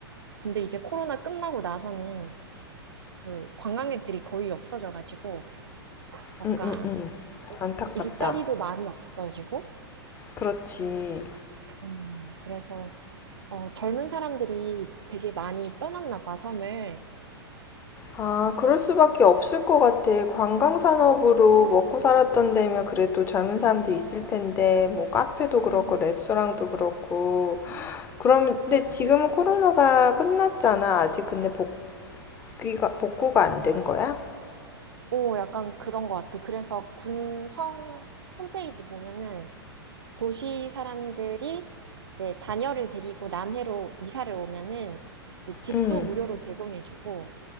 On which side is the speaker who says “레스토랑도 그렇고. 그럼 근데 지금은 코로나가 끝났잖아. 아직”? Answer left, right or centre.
Left